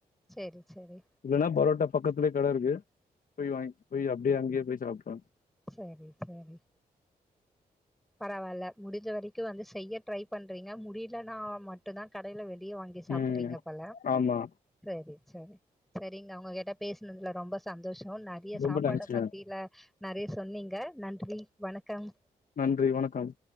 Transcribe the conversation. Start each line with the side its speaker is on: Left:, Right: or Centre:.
Centre: செரி செரி
Left: இல்லைன்னா பரோட்டா பக்கத்துலயே கட இருக்கு போய் வாங்கி போய் அப்டியே அங்கேயே போய் சாப்ட்ருவேன்
Centre: சேரி சேரி பரவாயில்ல முடிஞ்ச வரைக்கும் வந்து செய்ய ட்ரை பண்றீங்க முடியலன்னா மட்டும் தான் கடையில வெளியே வாங் கி சாப்பறீங்கப்
Left: ம்
Centre: போல
Left: ஆமா
Centre: செரி செரி செரிங்க உங்க கிட்ட பேசினதுல ரொம்ப சந்தோஷம் ந றைய சாப்பாட
Left: ரொம்ப தேங்க்ஸ்ங்க
Centre: பத்திலா நிறைய சொன்னீங்க நன்றி வணக்கம்
Left: நன்றி வணக்கம்